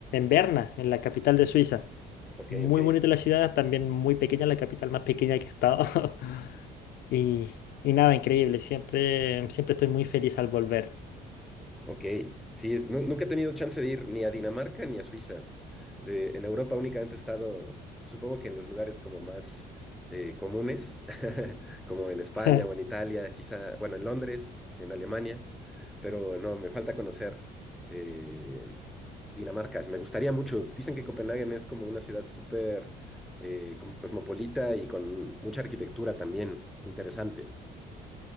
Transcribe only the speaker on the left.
Berna, en la capital de Suiza.
Muy
bonita la ciudad, también muy pequeña, la capital más pequeña que he estado. <laughs> Y, y nada, increíble, siempre, siempre estoy muy feliz al volver.
<laughs>